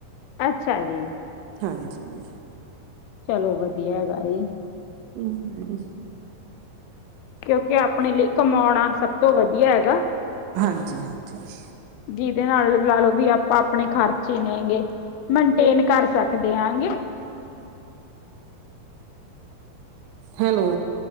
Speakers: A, on the left (about 85°); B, on the right (about 80°).
A: ਅੱਛਾ ਜੀ।
B: ਹਾਂਜੀ।
A: ਚਲੋ ਵਧੀਆ ਹੈਗਾ ਏ।
B: ਹੂੰ।
A: ਕਿਉਂਕਿ ਆਪਣੇ ਲਈ ਕਮਾਉਣਾ ਸਭ ਤੋਂ ਵਧੀਆ ਹੈਗਾ।
B: ਹਾਂਜੀ-ਹਾਂਜੀ।
A: ਜਿਦੇ ਨਾਲ ਲਾ ਲੋ ਵੀ ਆਪਾਂ ਆਪਣੇ ਖਰਚ ਈ ਨੇਗੇ। ਮਨਟੇਨ ਕਰ ਸਕਦੇ ਆਂਗੇ।
B: ਹੈਲੋ।